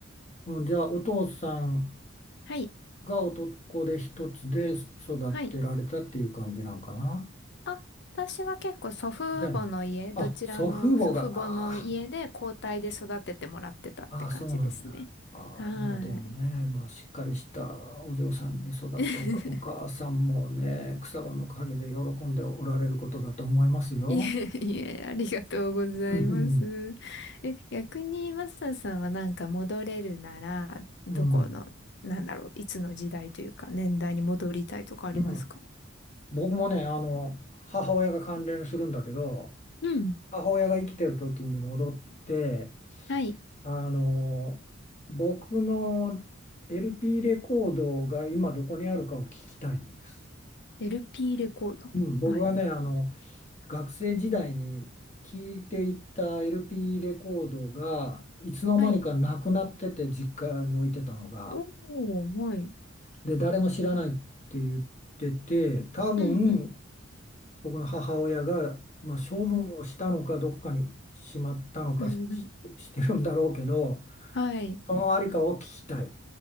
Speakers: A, on the left; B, on the left.
A: うん、じゃあお父さん
B: はい。
A: が男で一つで育てられたっていう感じなんかな。
B: はい。あ、私は結構祖父母の家、
A: じゃ
B: どちらの祖父母の家で交代で育ててもらってたって感じですね。
A: あ、あ、祖父母が、あああ、そうなんだ。ああ、
B: は
A: まあでもね、
B: ーい。
A: まあしっかりしたお嬢さんにね育っておか、
B: <laughs>
A: お母さんもね、草葉の陰で喜んでおられることだと思いますよ。
B: いえいえ、ありがとうございます。
A: うん
B: え、逆にマスターさんはなんか戻れるなら、どこの、
A: うん。
B: なんだろう、いつの時代というか年代に戻りたいとかありますか
A: うん僕もね、あの、母親が関連するんだけど、
B: うん。
A: 母親が生きてる時に戻って、
B: はい。
A: あの、僕の LP レコードが今どこにあるかを聞きたいんです。
B: LP レコード。
A: うん、僕がね、
B: はい。
A: あの、学生時代に聞いていた LP レコードがいつの間にかなくなってて実家に置いてたのが
B: はい。おー、はい。
A: で誰も知らないって言ってて多分
B: うんうん。
A: 僕の母親が、まあ、処分をしたのかどこかにしまったのかし、
B: うん。
A: してるんだろうけど
B: <laughs> はい。
A: そのありかを聞きたい。